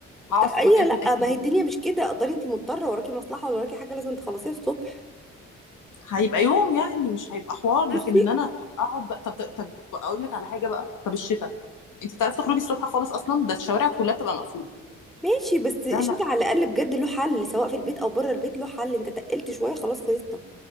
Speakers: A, on the left; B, in the centre.
A: هقعد
B: طب اي
A: في مكان فيه
B: لا
A: تكييف
B: ما هي الدنيا مش كده قدري انتي مضطرة وراكي مصلحة ولا وراكي حاجة لازم تخلصيها الصبح
A: هيبقى يوم يعني مش هيبقى حوار لكن
B: بصي
A: ان انا اقعد بقى طب طب اقول لك على حاجه بقى طب الشتاء انت بتعرفي تخرجي الصبح خالص اصلا ده الشوارع كلها بتبقى مقفوله
B: ماشي بس الشتاء
A: لا لا
B: على الاقل بجد له حل سواء في البيت او بره البيت له حل انت تقلت شوية خلاص خلصنا